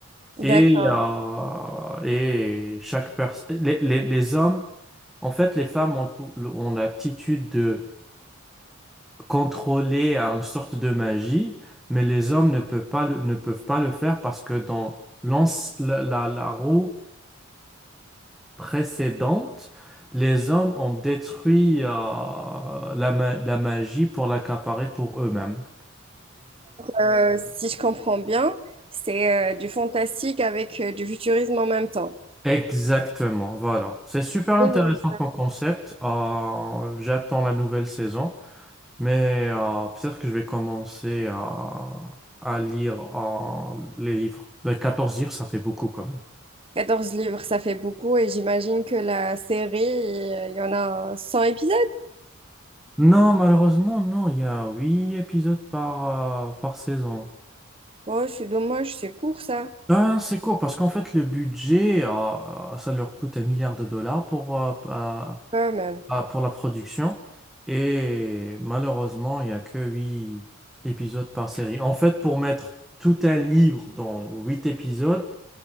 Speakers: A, in the centre; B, on the right.
A: Et,
B: D'accord.
A: euh, et chaque personne, les, les, les hommes, en fait, les femmes ont, pou- ont l'aptitude de contrôler une sorte de magie, mais les hommes ne peuvent pas le, ne peuvent pas le faire parce que dans l'anci- la, la, la roue précédente, les hommes ont détruit euh, la, ma- la magie pour l'accaparer pour eux-mêmes.
B: Euh, si je comprends bien, c'est euh, du fantastique avec euh, du futurisme en même temps.
A: Exactement, voilà. C'est super intéressant
B: Génial.
A: comme concept. Euh, j'attends la nouvelle saison, mais euh, peut-être que je vais commencer à, à lire euh, les livres. Euh, 14 livres, ça fait beaucoup quand même.
B: 14 livres, ça fait beaucoup et j'imagine que la série, il y en a 100 épisodes.
A: Non, malheureusement, non, il y a 8 épisodes par, euh, par saison.
B: Oh, c'est dommage, c'est court ça.
A: Ben, c'est court parce qu'en fait, le budget, euh, ça leur coûte un milliard de dollars pour, euh, euh,
B: Quand même.
A: ah, pour la production. Et malheureusement, il n'y a que 8 épisodes par série. En fait, pour mettre tout un livre dans 8 épisodes,